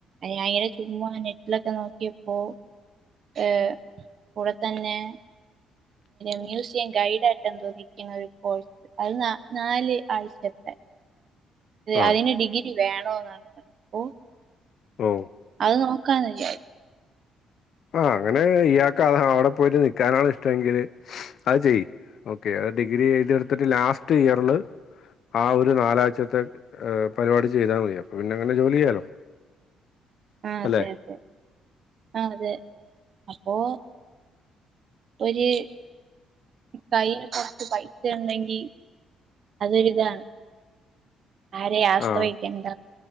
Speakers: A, on the right (about 40°); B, on the left (about 50°).
A: ഞാൻ ഇങ്ങനെ ചുമ്മാ നെറ്റിലൊക്കെ നോക്കിയപ്പോ ഏഹ് കൂടെ തന്നെ മ്യൂസിയം ഗൈഡ് ആയിട്ട് എന്തോ നിക്കുന്ന ഒരു കോഴ്സ് അത് നാല് ആഴ്ചത്തെ
B: ആഹ്.
A: അതിന് ഡിഗ്രി വേണോ എന്നാണ് പറഞ്ഞത് ഓ
B: ഓ
A: അത് നോക്കാന്നില്ലേ
B: ആഹ് അങ്ങനെ ഇയാക്ക് അ അവിടെ പോയിട്ട് നിക്കാനാണ് ഇഷ്ടമെങ്കില് അത് ചെയ് ഓക്കെ ഡിഗ്രി എയുതെടുത്തിട്ട് ലാസ്റ്റ് ഇയറില് ആ ഒരു നാലാഴ്ചത്തെ പരിപാടി ചെയ്താൽ മതി അപ്പൊ പിന്നെ അങ്ങനെ ജോലി ചെയ്യാലോ
A: ആഹ് അതെ
B: അല്ലെ
A: അതെ ആ അതെ അപ്പോ ഒരു കയ്യിൽ കുറച്ച് പൈസ ഉണ്ടെങ്കി അതൊരിതാണ് ആരെയും ആശ്രയിക്കണ്ട
B: ആഹ്